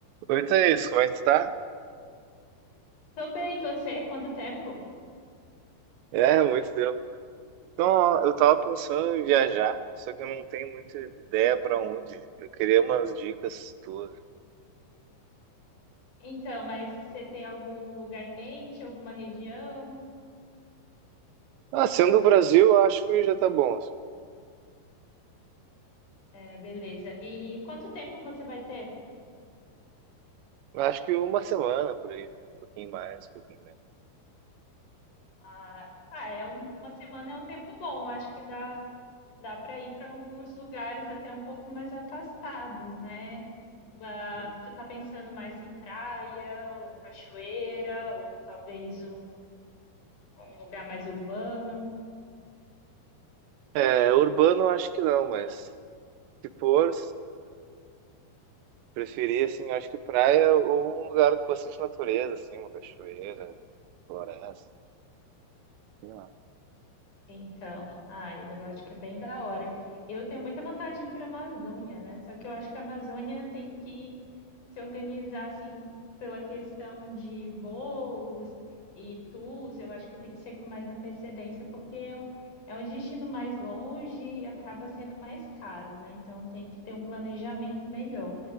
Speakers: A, on the right (about 80°); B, on the left (about 45°).
A: Quanto é isso, como é que tu tá?
B: Tô bem, você? Quanto tempo?
A: É, muito tempo. Então, ó, eu tava pensando em viajar, só que eu não tenho muita ideia pra onde. Eu queria umas dicas tuas.
B: Então, mas você tem algum lugar em mente, alguma região?
A: Ah, sendo do Brasil, eu acho que já tá bom. assim.
B: É, beleza. E quanto tempo você vai ter?
A: Eu Acho que uma semana por aí, um pouquinho mais, um pouquinho menos.
B: Ah, ah, é um- uma semana é um tempo bom. Eu acho que dá, dá para ir para alguns lugares até um pouco mais afastados, né? Ah,
A: Uhum.
B: tu tá pensando mais em praia, ou cachoeira, ou talvez um, um lugar mais urbano?
A: É, urbano eu acho que não, mas se for, preferir assim, eu acho que praia ou um lugar com bastante natureza, assim, uma cachoeira, floresta, sei lá.
B: Então, ai, eu acho que é bem da hora. Eu tenho muita vontade de ir para a Amazônia, né? Só que eu acho que a Amazônia tem que se organizar assim pela questão de voos e tours. Eu acho que tem que ser com mais antecedência, porque é um é um destino mais longe e acaba sendo mais caro, né? Então tem que ter um planejamento melhor.